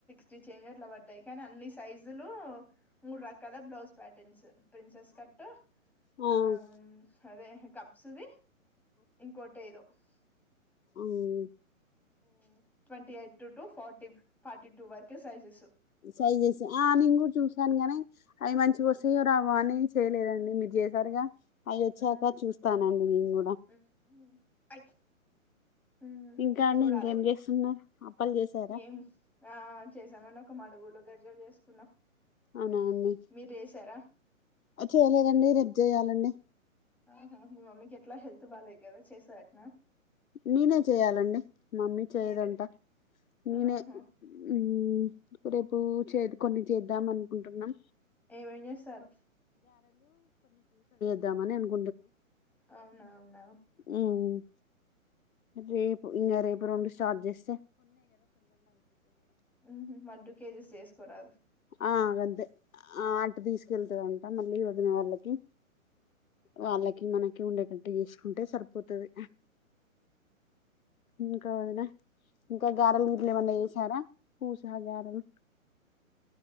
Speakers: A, in the centre; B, on the left (about 75°).
A: త్రీ చేంజ్ అట్ల పడ్డాయి కానీ అన్ని సైజులు మూడు రకాల బ్లౌజ్ ప్యాటర్న్స్. ప్రిన్సెస్ కట్టు
B: అవును
A: ఆ అదే హే కప్సుది. ఇంకోటేదొ. స్.
B: మ్మ్
A: మ్మ్ twenty eight to forty forty two వరకే సైజెసు.
B: సైజస్ ఆ నేను కూడా చూసాను గాని అవి మంచిగా వస్తాయో రావో అని చేయలేదండి మీరు చేసారుగా. అవి వచ్చాక
A: ఉమ్
B: చూస్తానండి నేను కూడా
A: ఉమ్ అయ్ ఉ
B: ఇంకా అండి
A: చూడాలే
B: ఇంకేం చేస్తున్నారు అప్పలు చేసారా
A: ఏం ఆ చేసామండి ఒక మాడ్. డుగులు గరిజలు చేసుకున్నాం.
B: అవునా అండి
A: మీరు చేసారా
B: ఆ చేయలేదన్. ని రేప్ జెయాలండి.
A: ఆహా మీ మమ్మీకి ఎట్లా హెల్త్ బాలలేదు గదా చేస్త దాట్నా
B: నేనే చేయాలండి మామ్మీ చేయదంట
A: మీరే
B: నేనే
A: ఆహా
B: మ్మ్ రేపు చేదు కొన్ని చే. ఇద్దాం అనుకుంటున్నం.
A: ఏమేమ్ చేస్తారు.
B: ఇద్దామని అనుకున్
A: అవునవునవు
B: ఉమ్ రేపు ఇంగ రేపు రెండు స్టార్ట్ జేస్తే
A: మ్మహ్ వన్ టూ కేజీస్ చేసుకోరాదు
B: ఆ గంతే ఆ అటు తీసుకెళ్తాదండి తాన్ మళ్ళీ వదిన వాళ్ళకి వాళ్ళకి మనకి ఉండేటట్టు చేసుకుంటే సరిపోతది, ఇంకా వదిన ఇంకా గారలు గిట్ల ఏమన్నా చేసారా పూస గారేలు